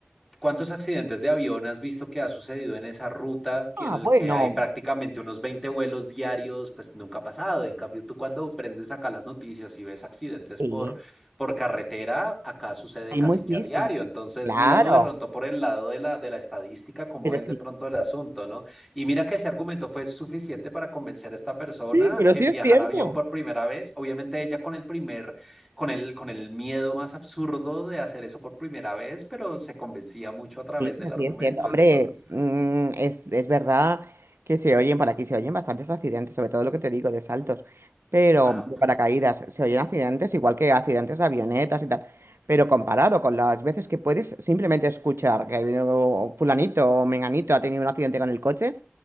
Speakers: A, in the centre; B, on the right.
A: ¿Cuántos accidentes de avión has visto que ha sucedido en esa ruta
B: Ah,
A: que- en el
B: bueno,
A: que hay prácticamente unos 20 vuelos diarios? Pues nunca ha pasado. En cambio, tú cuando prendes acá las noticias y ves accidentes
B: sí,
A: por, por carretera, acá sucede
B: hay
A: casi
B: muchísimo,
A: que a diario. Entonces,
B: claro,
A: míralo de pronto por el lado de la, de la estadística, cómo
B: pero
A: es
B: sí.
A: de pronto el asunto, ¿no? Y mira que ese argumento fue suficiente para convencer a esta persona
B: Sí, pero
A: en
B: sí es
A: viajar
B: cierto.
A: a avión por primera vez. Obviamente ella con el primer con el, con el miedo más absurdo de hacer eso por primera vez, pero se convencía mucho a través
B: Sí,
A: del argumento,
B: sí, es cierto. Hombre,
A: entonces.
B: mm, es, es verdad que se oyen, por aquí se oyen bastantes accidentes, sobre todo lo que te digo de saltos, pero
A: Ajá,
B: de paracaídas, se oyen accidentes igual que accidentes de avionetas y tal, pero comparado con las veces que puedes simplemente escuchar que ha habido fulanito o menganito ha tenido un accidente con el coche,